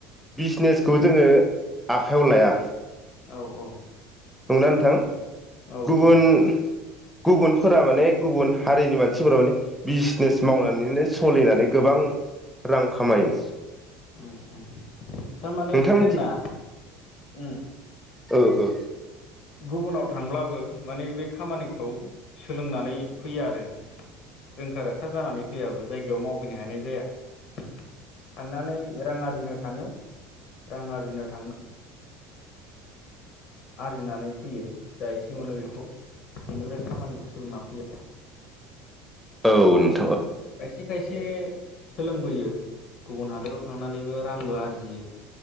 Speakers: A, in the centre; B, on the left.
A: बिजनेसखौ जोंङो आखाइयाव लाया
B: औ औ
A: नंगौना नोंथां?
B: औ
A: गुबुन
B: औ
A: गुबुनफोरा माने गुबुन हारिनि मानसिफोरा माने बिजनेस मावनानैनो सोलिनानै गोबां रां खामायो
B: उम उम थारमाने
A: नोंथां
B: जोंना उम
A: ओ ओ
B: गुबुनाव थांब्लाबो माने बे खामानिखौ सोलोंनानै फैया आरो रोंखा राखा जानानै फैयाबो जायगायाव मावफैनो हानाय जाया थांनानै रां आरजिनो थाङो रां आरजिनो थां आरजिनानै फैयो जा एसे मोनो बेखौ बेनिफ्राय खामानिखौ सोलोंनानै फैया
A: औ नों
B: खायसे खायसे सोलोंबोयो गुबुन हादोराव थांनानैबो रांबो आरजियो।